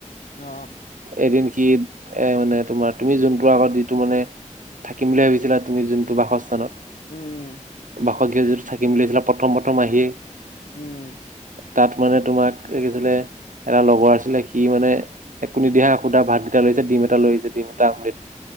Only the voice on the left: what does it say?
অ
উম
উম।